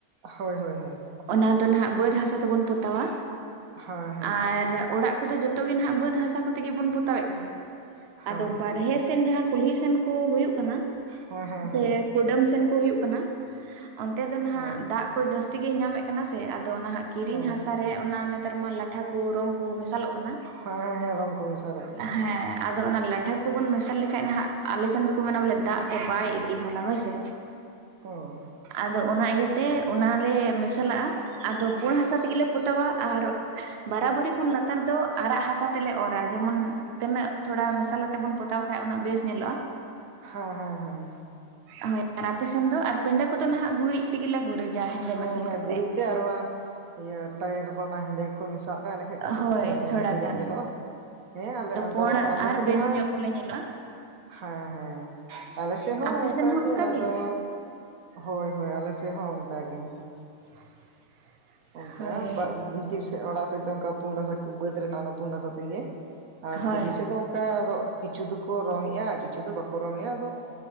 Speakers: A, on the right; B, on the right.
A: ᱦᱳᱭ ᱦᱳᱭ ᱦᱳᱭ
B: ᱚᱱᱟ ᱫᱚ ᱱᱟᱦᱟᱜ ᱵᱟᱹᱫᱽ ᱦᱟᱥᱟ ᱛᱮᱵᱚᱱ ᱯᱚᱛᱟᱣᱟ
A: ᱦᱳᱭ ᱦᱮᱸ
B: ᱟᱨ ᱚᱲᱟᱜ ᱠᱚᱫᱚ ᱡᱚᱛᱚ ᱜᱮ ᱱᱟᱦᱱᱟᱜ ᱵᱟᱹᱫᱽ ᱦᱟᱥᱟ ᱠᱚᱛᱮᱜᱮ ᱵᱚᱱ ᱯᱚᱛᱟᱣᱮᱫ ᱠᱟᱱᱟ᱾
A: ᱦᱳᱭ
B: ᱟᱫᱚ ᱵᱟᱨᱦᱮ ᱥᱮᱱ ᱡᱟᱦᱟᱸ ᱠᱩᱞᱦᱤ ᱥᱮᱱ ᱠᱚ ᱦᱳᱭᱳ ᱠᱟᱱᱟ
A: ᱦᱮᱸ ᱦᱮᱸ ᱦᱮᱸ
B: ᱥᱮᱼᱼ ᱠᱩᱰᱟᱹᱢ ᱥᱮᱱ ᱠᱚ ᱦᱩᱭᱩᱜ ᱠᱟᱱᱟ ᱚᱱᱛᱮ ᱫᱚ ᱱᱟᱦᱟᱜ
A: ᱦᱳᱭ
B: ᱫᱟᱜ ᱠᱚ ᱡᱟᱹᱥᱛᱤ ᱜᱮ ᱧᱟᱢᱮᱫ ᱠᱟᱱᱟ ᱥᱮ ᱟᱫᱚ ᱱᱟᱦᱟᱜ ᱠᱤᱨᱤᱧ
A: ᱦᱮᱸ ᱦᱮᱸ
B: ᱦᱟᱥᱟ ᱨᱮ ᱚᱱᱟ ᱱᱮᱛᱟᱨ ᱢᱟ ᱞᱟᱴᱷᱟ ᱠᱚ ᱨᱚᱝ ᱠᱚ ᱢᱮᱥᱟᱞᱚᱜ ᱠᱟᱱᱟ᱾
A: ᱦᱮᱸ ᱦᱮᱸ ᱨᱚᱝ ᱠᱚ
B: <inaudible>
A: ᱢᱮᱥᱟᱞᱮᱫ ᱜᱮᱭᱟ
B: ᱦᱮᱸ ᱟᱫᱚ ᱚᱱᱟ ᱞᱟᱹᱴᱩ ᱠᱟᱴᱷᱟ ᱠᱚᱵᱚᱱ ᱢᱮᱥᱟᱞ ᱞᱮᱠᱷᱟᱱ ᱱᱟᱦᱟᱜ ᱟᱞᱮ ᱥᱮᱱ ᱫᱚᱠᱚ ᱢᱮᱱᱟ ᱵᱚᱞᱮ ᱫᱟᱜ ᱛᱮ ᱵᱟᱭ ᱤᱫᱤ ᱦᱚᱞᱟ ᱦᱳᱭ ᱥᱮᱼᱼ
A: ᱦᱚᱸ
B: ᱟᱫᱚ ᱚᱱᱟ ᱤᱭᱟᱹᱛᱮ ᱚᱱᱟᱞᱮ ᱢᱮᱥᱟᱞᱟᱜᱼᱟ ᱟᱫᱚ ᱯᱩᱬ ᱦᱟᱥᱟ ᱛᱮᱜᱮ ᱞᱮ ᱯᱚᱛᱟᱣᱟ ᱟᱨᱼᱼ ᱵᱟᱨᱟᱵᱚᱨᱤ ᱠᱷᱚᱱ ᱞᱟᱛᱟᱨ ᱫᱚ ᱟᱨᱟᱜ ᱦᱟᱥᱟ ᱛᱮᱞᱮ ᱚᱨᱟ ᱡᱮᱢᱚᱱ ᱛᱤᱱᱟᱹᱜ ᱛᱷᱚᱲᱟ ᱢᱮᱥᱟᱞᱼᱼ ᱛᱮ ᱵᱚᱱ ᱯᱚᱛᱟᱣ ᱠᱷᱟᱡ ᱩᱱᱟᱹᱜ ᱵᱮᱥ ᱧᱮᱞᱚᱜᱼᱟ᱾
A: ᱦᱮᱸ ᱦᱮᱸ ᱦᱮᱸ
B: ᱦᱳᱭ ᱟᱨ ᱟᱯᱮ ᱥᱮᱱ ᱫᱚ ᱟᱨ ᱯᱤᱸᱰᱟᱹ ᱠᱚᱫᱚ ᱱᱟᱦᱟᱜ ᱜᱩᱨᱤᱡ ᱛᱮᱜᱮ ᱞᱮ ᱜᱩᱨᱤᱡᱟ᱾ ᱦᱮᱸᱫᱮ
A: ᱦᱮᱸ
B: ᱢᱮᱥᱟᱞ
A: ᱦᱮᱸ
B: ᱠᱟᱛᱮᱜ
A: ᱜᱩᱨᱤᱡ ᱛᱮ ᱟᱨ ᱚᱱᱟ ᱤᱭᱟᱹ ᱴᱟᱭᱟᱨ ᱵᱟᱱᱟ ᱦᱮᱸᱫᱮᱼᱼ ᱠᱚ ᱢᱮᱥᱟᱣᱟᱜ ᱠᱟᱱᱟ ᱮᱸᱰᱮᱷᱟᱟᱱ ᱠᱟᱹᱴᱤᱡ
B: ᱦᱳᱭ ᱛᱷᱚᱲᱟ
A: ᱦᱮᱸᱫᱮ ᱧᱚᱜ
B: ᱜᱟᱱ
A: ᱧᱮᱞᱚᱜᱼᱟ᱾ ᱦᱮᱸ ᱟᱞᱮ ᱟᱫᱚ
B: ᱯᱩᱬ
A: ᱟᱞᱮ
B: ᱟᱨ
A: ᱥᱮᱫ
B: ᱵᱮᱥ
A: ᱫᱚ ᱦᱟᱸᱜᱼᱼ
B: ᱧᱚᱜ ᱵᱚᱞᱮ ᱧᱮᱞᱚᱜᱼᱟ
A: ᱦᱮᱸ ᱦᱮᱸ ᱟᱞᱮ ᱥᱮᱫ ᱦᱚᱸ
B: ᱟᱯᱮ
A: ᱚᱱᱠᱟᱜᱮ
B: ᱥᱮᱱ ᱦᱚᱸ ᱚᱱᱠᱟ
A: ᱟᱫᱚᱼᱼ
B: ᱜᱮ
A: ᱦᱳᱭ ᱦᱳᱭ ᱟᱞᱮ ᱥᱮᱫ ᱦᱚᱸ ᱚᱱᱠᱟ ᱜᱮᱼᱼ
B: <unintelligible>
A: ᱚᱱᱠᱟ
B: ᱦᱳᱭ
A: ᱵᱷᱤᱛᱤᱨ ᱥᱮᱫ ᱚᱲᱟᱜ ᱥᱮᱫ ᱫᱚ ᱚᱱᱠᱟ ᱯᱩᱱᱰ ᱦᱟᱥᱟ ᱵᱟᱹᱫᱽ ᱨᱮᱱᱟᱜᱼᱼ ᱯᱩᱱᱰ ᱟᱥᱟ ᱛᱮᱜᱮ ᱟᱨ
B: ᱦᱳᱭ
A: ᱠᱩᱞᱦᱤ ᱥᱮᱫ ᱫᱚ ᱚᱱᱠᱟ ᱟᱫᱚᱼᱼ ᱠᱤᱪᱷᱩ ᱫᱚᱠᱚ ᱨᱚᱝ ᱮᱼᱟ ᱠᱤᱪᱷᱩ ᱫᱚ ᱵᱟᱠᱚ ᱨᱚᱝ ᱮᱫᱟ ᱟᱫᱚ